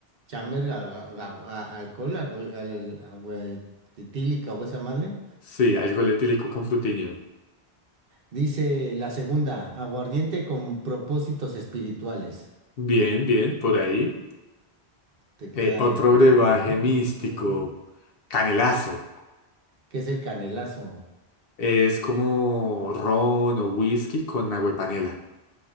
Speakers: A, on the right (about 65°); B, on the left (about 65°).
A: chamber? ga- ga- ga- a- ¿Alcohol? agua- al- agua etílica o esa madre?
B: Sí, alcohol etílico con frutiño.
A: Dice la segunda, aguardiente con propósitos espirituales.
B: Bien, bien, por ahí.
A: Te queda,
B: Eh, otro brebaje
A: a ver,
B: místico.
A: ujú,
B: Canelazo.
A: ¿Qué es el canelazo?
B: Es como ron o whisky con agua y panela.